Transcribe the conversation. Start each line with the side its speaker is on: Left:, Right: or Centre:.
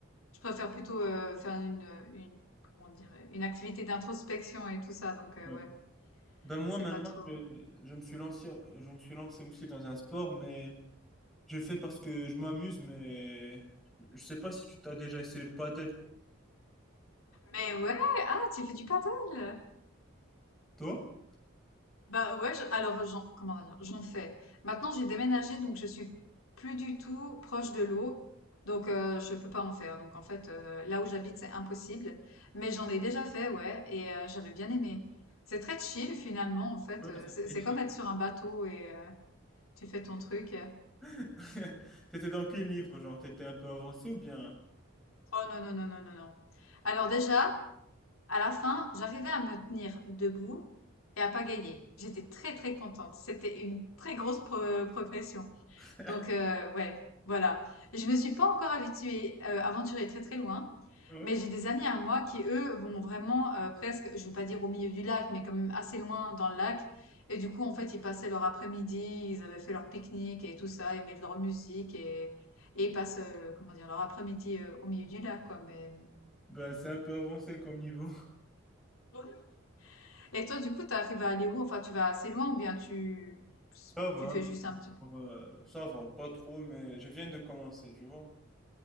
Left: je préfère plutôt euh, faire une, une, comment dire, une activité d'introspection et tout ça. Donc, euh,
Centre: Ouais.
Left: ouais,
Centre: Ben moi
Left: c'est
Centre: maintenant,
Left: pas trop.
Centre: je, je me suis lancé, je me suis lancé aussi dans un sport, mais je le fais parce que je m'amuse, mais je sais pas si tu t'as déjà essayé le padel,
Left: Mais ouais, ah, tu fais du paddle!
Centre: toi?
Left: Bah ouais, je- alors j'en, comment dire, j'en fais. Maintenant, j'ai déménagé, donc je suis plus du tout proche de l'eau, donc euh, je peux pas en faire. Donc en fait, euh, là où j'habite, c'est impossible. Mais j'en ai déjà fait, ouais, et euh, j'avais bien aimé. C'est très chill finalement, en fait.
Centre: Ouais,
Left: euh,
Centre: ça
Left: c'est
Centre: me
Left: c'est
Centre: fait chier.
Left: comme être sur un bateau et euh, tu fais ton truc.
Centre: <laughs> T'étais dans quel niveau? Genre, t'étais un peu avancé ou bien?
Left: Oh non, non, non, non, non, non. Alors déjà, à la fin, j'arrivais à me tenir debout et à pagayer. J'étais très très contente. C'était une très grosse pro- progression.
Centre: <laughs>
Left: Donc heu, ouais, voilà. Je me suis pas encore habituée, heu, aventurée très, très loin,
Centre: Ouais.
Left: mais j'ai des amis à moi qui, eux, vont vraiment, heu, presque, je veux pas dire au milieu du lac, mais quand même assez loin dans le lac et du coup, en fait, ils passaient leur après-midi, ils avaient fait leur pique-nique et tout ça, ils mettent leur musique et et ils passent, heu, comment dire? Leur après-midi, heu, au milieu du lac, quoi, mais
Centre: Ben c'est un peu avancé comme niveau. <laughs>
Left: Ouais. et toi, du coup, tu arrives à aller où? Enfin, tu vas assez loin ou bien tu
Centre: Ça va,
Left: tu
Centre: un
Left: fais juste un petit peu
Centre: peu, euh, ça va, pas trop, mais je viens de commencer, tu vois.